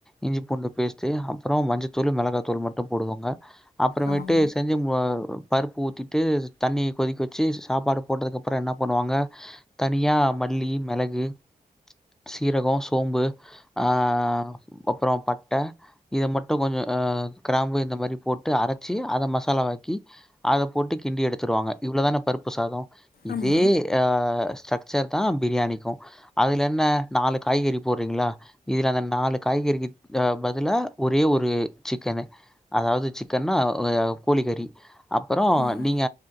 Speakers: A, in the centre; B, on the left.
A: இஞ்சி பூண்டு பேஸ்டு அப்றோ மஞ்சத்தூள் மெளகா தூள் மட்டு போடுவோங்க அப்புறமேட்டு
B: ஆமா
A: செஞ்சு பருப்பு ஊத்திட்டு தண்ணி கொதிக்க வச்சு சாப்பாடு போட்டதுக்கப்புறோ என்ன பண்ணுவாங்க தனியா மல்லி மெளகு சீரகோ சோம்பு ஆ அப்பறோ பட்ட இத மட்டு கொஞ்ச ஆ கிராம்பு இந்த மாரி போட்டு அரச்சு அத மசாலா வாக்கி அத போட்டுக் கிண்டி எடுத்துருவாங்க இவ்ளோதான பருப்பு சாதம் இதே
B: ஆமா
A: ஆ சக் சர் தான் பிரியாணிக்கும் அதுல என்ன நாலு காய்கறி போறீங்களா இதுல அந்த நாலு காய்கறிக்கு பதிலா ஒரே ஒரு சிக்கனு அதாவது சிக்கன்னா கோழிக்கறி அப்பறம்
B: ம்
A: நீங்க